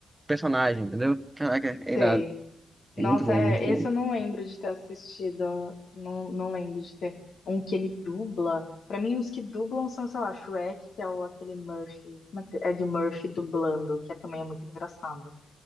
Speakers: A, on the right (about 20°); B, on the left (about 65°).
A: personagem, entendeu? Caraca, é
B: sei.
A: irado.
B: Nossa,
A: É muito bom,
B: é,
A: muito
B: esse
A: bom.
B: eu não lembro
A: Acho
B: de ter assistido. Não, não lembro de ter um que ele dubla. Pra mim, os que dublam são, sei lá, Shrek, que é o, aquele Murphy. Como é que é de Murphy dublando, que é, também é muito engraçado.